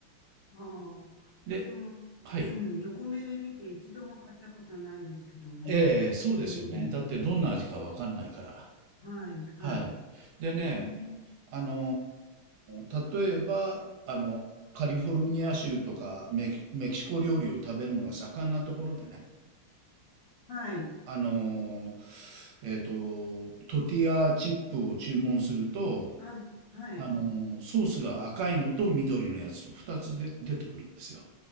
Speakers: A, on the left; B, on the right.
A: ああ、私も、
B: で、はい、
A: うん、横目で見て一度も買ったことないですけどね。
B: えーそうですよね。
A: うん。
B: だってどんな味かわかんないから。
A: はい、はい。
B: はい。でね、
A: うん。
B: あのー例えばあのカリフォルニア州とかメキ、メキシコ料理を食べるのが盛んなところでね、
A: はい。
B: あのーえっと、トティアチップを注文すると、
A: あ、はい。
B: あのーソースが赤いのと緑のやつと2つで出てくるんですよ。